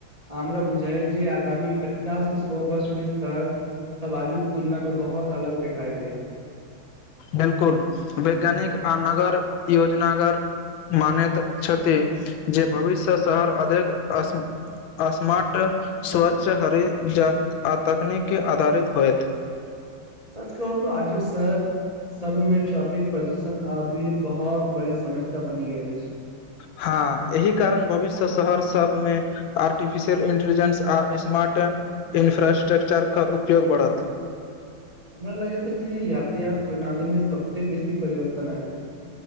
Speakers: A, on the right; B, on the left.
A: हमरा बुझायल जे आगामी पचास से सौ वर्ष में सर। सब आजुक तुलना में बहुत अलग दिखाई देत।
B: बिल्कुल, वैज्ञानिक आ नगर योजनागर। मानैत छथि, जे भविष्य शहर अधिक अ। स्मार्ट, स्वच्छ, हरित जा आ तकनीकँ आधारित होयत।
A: सच कहू तऽ आजुक शहर। सब में ट्राफिक, प्रदूषण आ भीड़ बहुत बड़ी समस्या बनी गेल अछि।
B: हँ एहि कारण भविष्य। शहर सभमें आर्टिफिशियल इंटेलिजेंस आ स्मार्ट। इन्फ्रास्ट्रक्चरके उपयोग बढ़त।
A: हमरा लागैत अछि जे यातायात प्रणाली में सभस बेसी परिवर्तन आयत।